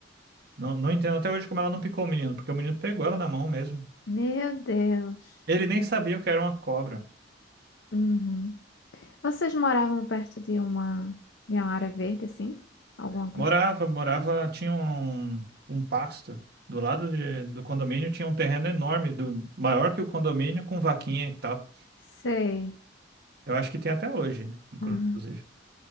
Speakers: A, on the right; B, on the left.
A: Não, não entendo até hoje como ela não picou o menino, porque o menino pegou ela na mão mesmo.
B: Meu Deus.
A: Ele nem sabia o que era uma cobra.
B: Uhum. Vocês moravam perto de uma, de uma área verde, assim? Alguma coisa?
A: Morava, morava, tinha um, um pasto. Do lado de- do condomínio tinha um terreno enorme, do, maior que o condomínio, com vaquinha e tal.
B: Sei.
A: Eu acho que tem até hoje, inclusive.
B: Uhum.